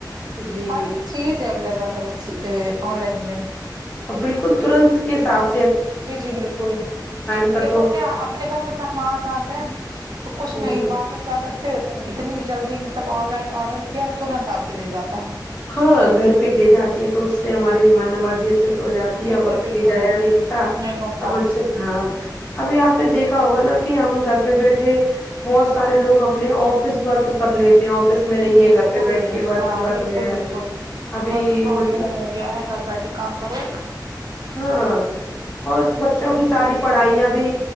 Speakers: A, on the left; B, on the right.
A: جی
B: ہر ایک چیز اویلیبل ہے اس ا آن لائن میں
A: ا بالکل ترنت کے ساتھ
B: جی جی بالکل
A: کر
B: یہ
A: دو
B: تو اپنے اپنے گھر میں مہمان آ گئے تو کچھ نہیں
A: جی
B: باہر نہیں جا سک تے اتنی جلدی مطلب آن لائن آرڈر کیا ترنت آپ کے دے جاتا ہے
A: ہاں گھر پہ دے جاتی ہے تو اس سے ہماری مہمان نوازی اچھے سے ہو جاتی ہے
B: بالکل
A: اور وقت
B: بالکل
A: بھی ضائع نہیں ہوتا
B: نہیں ہوتا
A: سب اچھے سے ہاں ابھی آپ نے دیکھا ہوگا نا کہ ہم گھر پہ بیٹھے بہت سارے لوگ اپنے آفس ورک کر لیتے ہیں آفس میں نہیں ہے
B: بالکل
A: گھر پہ بیٹھ کے ورک
B: ہاں
A: کر
B: بالکل
A: رہے ہیں
B: بالکل
A: ابھی
B: ورک فرم
A: مطلب
B: ہوم ہو گیا ہے گھر بیٹھے کام کرو
A: ہاں اور بچوں کی ساری پڑھائیاں بھی